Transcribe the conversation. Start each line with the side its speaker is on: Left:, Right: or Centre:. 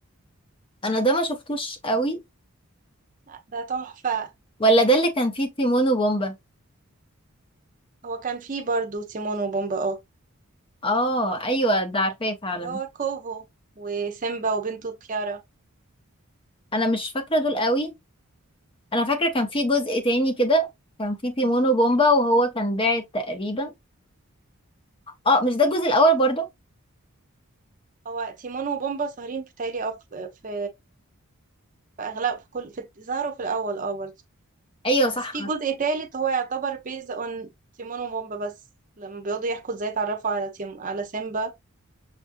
Left: انا ده ما شفتوش قوي
Right: لا ده تحفة
Left: ولا ده اللي كان فيه تيمون وبومبا
Right: هو كان فيه برضو تيمون وبومبا اه
Left: اه ايوه ده عارفاه فعلا
Right: اللي هو كوفو وسيمبا وبنته كيارا
Left: انا مش فاكره دول قوي انا فاكره كان فيه جزء تاني كده كان فيه تيمون وبومبا وهو كان باعت تقريبا اه مش ده الجزء الاول برضه
Right: هو تيمون وبومبا سهرين بتهيألي اه في في في أغلب في كل في ظهروا في الأول اه برضه
Left: ايوه صح
Right: بس في جزء تالت هو يعتبر بيز اون تيمون وبومبا بس لما بيقعدوا يحكوا ازاي اتعرفوا على تيم على سيمبا